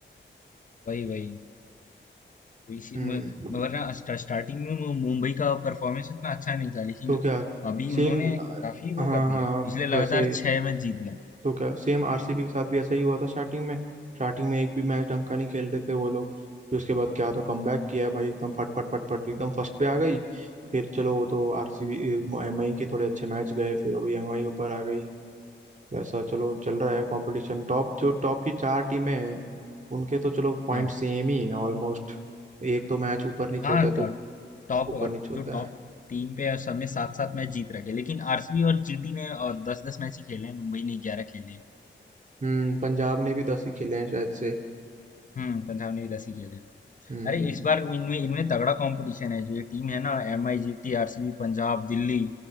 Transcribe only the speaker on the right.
हम्म
तो क्या
सेम
हाँ
हाँ
वैसे
ही
तो क्या सेम आरसीबी के साथ भी ऐसा ही हुआ था स्टार्टिंग में स्टार्टिंग में एक भी मैच ढंग का नहीं खेल रहे थे वो लोग फिर उसके बाद क्या तो कमबैक किया है भाई एकदम फट फट फट फट एकदम फर्स्ट पे आ गई फिर चलो वो तो आरसीबी एमआई के थोड़े अच्छे मैच गए फिर अभी एमआई ऊपर आ गई वैसा चलो चल रहा है कंपटीशन टॉप जो टॉप की चार टीमें हैं उनके तो चलो पॉइंट
सेम ही है ऑलमोस्ट एक तो मैच ऊपर नीचे
होता है तो
ऊपर नीचे होता
है
हम्म पंजाब ने भी दस ही खेले हैं शायद से
हम्म